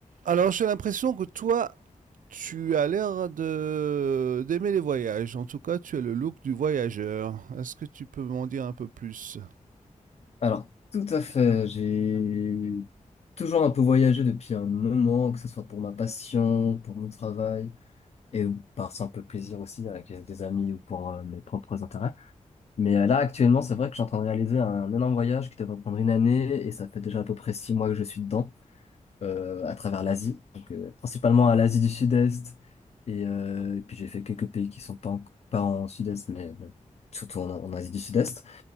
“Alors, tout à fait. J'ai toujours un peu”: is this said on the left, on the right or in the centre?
Left